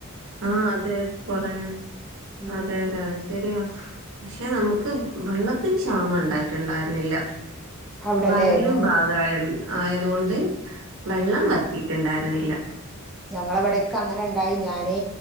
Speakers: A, on the right (about 65°); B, in the centre.
A: ആ അതെ കൊറേ
B: ഉം
A: അതെ
B: ഉം
A: അതെ അത് ശെരിയാ പക്ഷെ നമുക്ക് വെള്ളത്തിന് ക്ഷാമം ഉണ്ടായിട്ട്ണ്ടായര്ന്നില്ല
B: അവിടല്ലേ
A: വയലും
B: ഞങ്ങക്ക്
A: ഭാഗായി ആയതോണ്ട് വെള്ളം വറ്റിട്ട്ണ്ടായിരുന്നില്ല
B: ഞങ്ങളെവിടെയൊക്കെ അങ്ങനെണ്ടായി ഞാന്